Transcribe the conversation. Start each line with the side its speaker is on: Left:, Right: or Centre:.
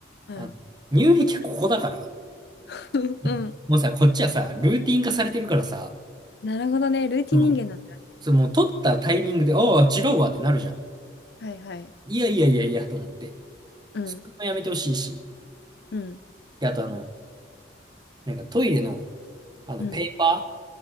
Left: うん。
Right: あの、乳液はここだから。
Left: <laughs>
Right: うんもうさ、
Left: うん。
Right: こっちはさ、ルーティン化されてるからさ、
Left: なるほどね。ルーティン人間なんだ。
Right: その、その、取ったタイミングで、ああ、違うわってなるじゃん。
Left: はいはい。
Right: いやいやいやいや、と思って。
Left: うん。
Right: それもやめてほしいし。
Left: うん。
Right: で、あとあの、なんかトイレの、あの、
Left: うん。
Right: ペーパー